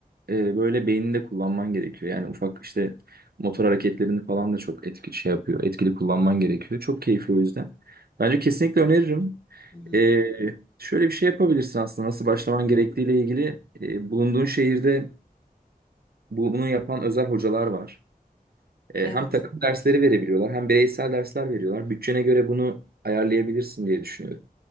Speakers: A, on the right (about 80°); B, on the left (about 30°).
A: e, böyle beynini de kullanman gerekiyor. Yani ufak işte motor hareketlerini falan da çok etki şey yapıyor. Etkili kullanman gerekiyor. Çok keyifli o yüzden. Bence kesinlikle öneririm.
B: Hı hı.
A: E, şöyle bir şey yapabilirsin aslında nasıl başlaman gerektiğiyle ilgili. E, bulunduğun şehirde bu- bunu yapan özel hocalar var. E,
B: Evet.
A: hem takım dersleri verebiliyorlar hem bireysel dersler veriyorlar. Bütçene göre bunu ayarlayabilirsin diye düşünüyorum.